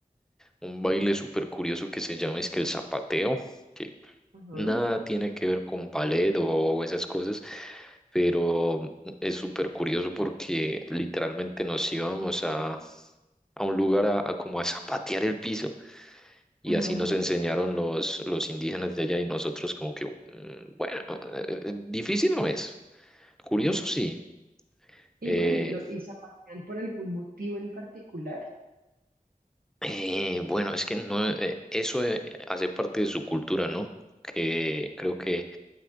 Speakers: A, in the centre; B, on the right.
A: un baile súper curioso que se llama es que el zapateo, que
B: Ajá.
A: nada tiene que ver con ballet o esas cosas, pero mm, es súper curioso porque literalmente nos íbamos a, a un lugar a, a como a zapatear el piso.
B: Ajá.
A: Y así nos
B: Ajá.
A: enseñaron los, los indígenas de allá y nosotros como que, mm, bueno, eh, eh, difícil no es, curioso
B: Ajá.
A: sí.
B: Y
A: Eh,
B: bueno, y lo y zapatean por algún motivo en particular.
A: eh, bueno, es que no, eh, eso eh, hace parte de su cultura, ¿no? Que creo
B: Ok.
A: que